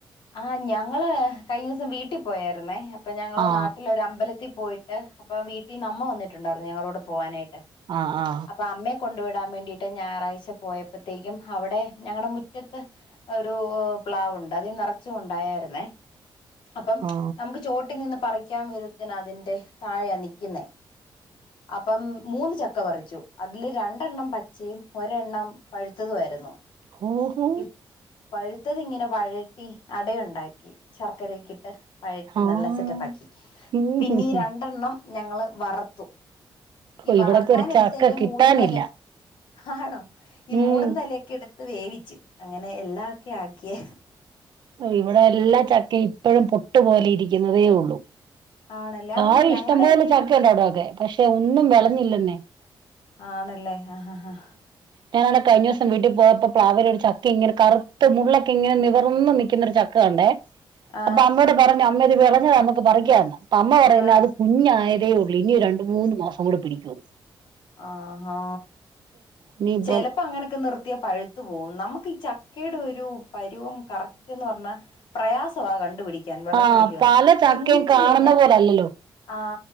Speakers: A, on the left; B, on the right.
A: ആഹ് ഞങ്ങള് കഴിഞ്ഞ ദിവസം വീട്ടിൽ പോയായിരുന്നേ അപ്പൊ ഞങ്ങള്
B: ആ
A: നാട്ടില് ഒരു അമ്പലത്തിൽ പോയിട്ട് അപ്പൊ വീട്ടിൽ അമ്മ വന്നിട്ടുണ്ടായിരുന്നു ഞങ്ങളോടെ പോവാനായിട്ട്
B: ആ ആ
A: അപ്പൊ അമ്മ കൊണ്ട് വിടാൻ വേണ്ടിട്ട് ഞായറാഴ്ച പോയപ്പോഴത്തേക്കും അവിടെ ഞങ്ങളുടെ മുറ്റത്ത് ഒരു പ്ലാവുണ്ട് അത് നിറ നിറച്ചുംഉണ്ടായിരുന്നേ അപ്പം
B: ആ
A: നമുക്ക് ചുവട്ടിൽ നിന്ന് പറിക്കാൻ വിധ അതിന്റെ താഴെയാണ് നിൽക്കുന്ന അപ്പം മൂന്ന് ചക്ക പറിച്ചു അതിൽ രണ്ടെണ്ണം പച്ചയും ഒരെണ്ണം പഴുത്തതുമായിരുന്നു
B: <unintelligible>
A: ഈ പഴുത്തത് ഇങ്ങനെ വഴട്ടി അടയുണ്ടാക്കി ശർക്കരയൊക്കെ ഇട്ട് വ ഴറ്റി
B: ആ
A: നല്ല
B: ഉം
A: സെറ്റപ്പ് ആക്കി
B: ഹും
A: പിന്നീട്
B: ഹും.
A: രണ്ടെണ്ണം ഞങ്ങൾ വറത്തു
B: ഓ
A: ഈ വറക്കാൻ
B: ഇവിടൊക്കെ ഒരു
A: എടുത്തതിൻ്റെ
B: ചക്ക കിട്ടാനില്ല
A: മൂടും തലേ ആണോ ഈ
B: ഉം
A: മൂടും തലൊക്കെ എടുത്ത് വേവിച്ചു അങ്ങനെ എല്ലാം ഒക്കെ ആക്കിയ
B: ഇവിടെ എല്ലാ ചക്കയും ഇപ്പോഴും പൊട്ടുപോലെ ഇരിക്കുന്നതേ ഉള്ളൂ
A: ആണല്ലേ
B: താഴെ
A: ആ ഞങ്ങടെ
B: ഇഷ്ടം പോലെ
A: വീടിന്റെ
B: ചക്കയുണ്ട് അവിടെ ഒക്കെ പക്ഷെ ഒന്നും വിളഞ്ഞില്ലന്നെ
A: ആണല്ലേ ആഹ് ആഹ്
B: ഞാനാവിടെ കഴിഞ്ഞ ദിവസം വീട്ടിൽ പോയപ്പോ പ്ലാവിൽ ഒരു ചക്ക ഇങ്ങനെ കറുത്ത മുള്ളൊക്കെ ഇങ്ങനെ നിവർന്ന് നിക്കുന്ന ചക്ക കണ്ടേ
A: ആ ആ
B: അപ്പൊ അമ്മയോട് പറഞ്ഞു അമ്മ ഇത് വിളഞ്ഞത് നമുക്ക് പറിക്കന്ന് അപ്പൊ അമ്മ പറയുന്നത്
A: ആ ആ
B: അത് കുഞ്ഞായതേ ഉള്ളൂ ഇനിയും രണ്ട് മൂന്ന് മാസം കൂടെ പിടിക്കുന്
A: ആഹാ
B: ഇനിയിപ്പം
A: ചെലപ്പ അങ്ങനക്ക നിർത്തിയ പഴു ത്ത് പോവും നമുക്ക് ഈ ചക്കെടെ ഒരു പരുവം കറക്റ്റ് എന്ന് പർഞ്ഞാ പ്രയാസവാ കണ്ടുപിടി ക്യാൻ വെളഞ്ഞു
B: ആഹ്
A: വെര്ല്യോന്ന്.
B: പല ചക്കയും
A: തുന്നിച്
B: കാണുന്ന
A: കഴിഞ്ഞ
B: പോലല്ലല്ലോ
A: ആ